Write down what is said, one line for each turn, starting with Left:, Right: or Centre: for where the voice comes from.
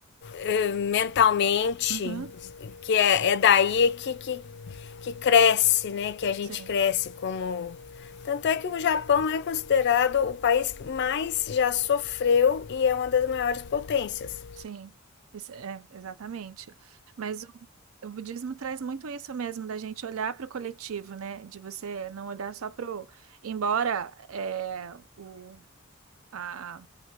Left: eh, mentalmente,
Right: Uhum,
Left: que é, é daí que, que, que cresce, né? Que a gente
Right: sim.
Left: cresce como. Tanto é que o Japão é considerado o país que mais já sofreu e é uma das maiores potências.
Right: Sim, isso é exatamente. Mas o, o budismo traz muito isso mesmo, da gente olhar para o coletivo, né? De você não olhar só para o. Embora é, o, a,